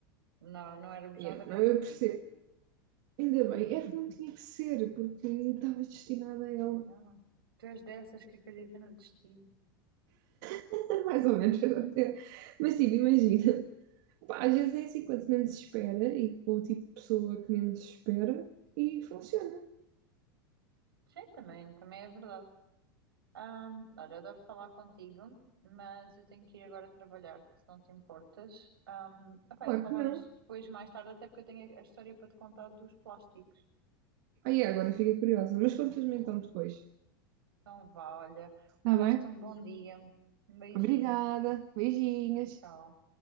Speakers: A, on the right (about 90°); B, on the right (about 60°).
A: Não, não éramos
B: E
A: nada
B: Eu,
A: compatíveis.
B: não, eu percebo. Ainda bem, é que não tinha que ser, porque eu estava destinada a ela.
A: Ah, tu és dessas que acredita no destino.
B: <laughs> Mais ou menos, <laughs> agora. até- Mas tipo, imagina. Pá, às vezes é assim, quanto menos se espera e com o tipo de pessoa que menos se espera e funciona.
A: Sim, também, também é verdade. Ahm, olha, adoro falar contigo, mas eu tenho que ir agora trabalhar, se não te importas. Um, epá,
B: Claro
A: e falamos
B: que não.
A: depois, mais tarde, até porque eu tenho a a história para te contar dos plásticos.
B: Aí agora fiquei curiosa, mas contas-me então depois.
A: Então vá, olha,
B: Tá
A: o resto
B: bem?
A: um bom dia, um beijinho,
B: Obrigada. Beijinhos.
A: tchau.